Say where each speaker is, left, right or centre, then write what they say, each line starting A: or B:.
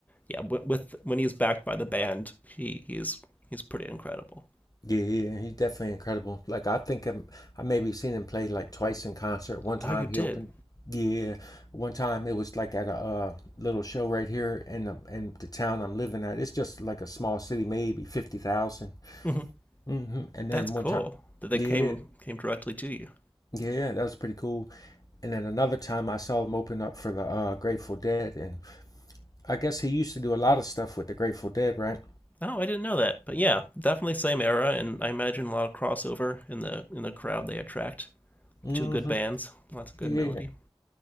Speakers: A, on the left; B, on the left.
A: yeah, with, with when he's backed by the band, he he's he's pretty incredible.
B: Yeah, yeah, he's definitely incredible. Like I think I'm, I maybe seen him play like twice in concert. One time
A: Oh, you did.
B: he opened, yeah, one time it was like at a uh, little show right here in the in the town I'm living at. It's just like a small city, maybe fifty thousand.
A: hmm
B: Mm-hmm. And
A: That's
B: then
A: cool
B: one time,
A: that they
B: yeah,
A: came came directly to you.
B: yeah, that was pretty cool. And then another time I saw him open up for the uh, Grateful Dead, and I guess he used to do a lot of stuff with the Grateful Dead, right?
A: Oh, I didn't know that. But yeah, definitely same era, and I imagine a lot of crossover in the in the crowd they attract.
B: Mm-hmm.
A: Two good bands, lots of good
B: Yeah, yeah,
A: melody.
B: yeah.